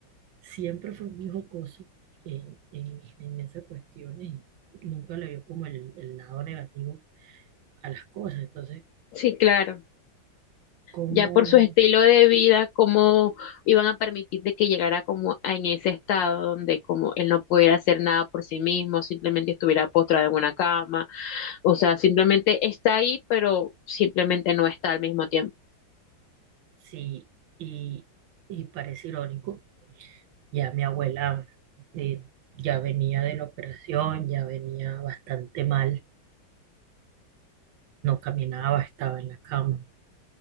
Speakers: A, on the right; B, on the left.
A: siempre fue muy jocoso en, en, en esas cuestiones. y Nunca le vio como el, el lado negativo a las cosas. Entonces,
B: Sí, claro.
A: como
B: Ya por
A: uno,
B: su estilo de vida, cómo iban a permitir de que llegara como a- en ese estado donde como él no pudiera hacer nada por sí mismo, simplemente estuviera postrado en una cama, o sea, simplemente está ahí, pero simplemente no está al mismo tiempo.
A: sí, y, y parece irónico Ya mi abuela eh, ya venía de la operación, ya venía bastante mal, no caminaba, estaba en la cama.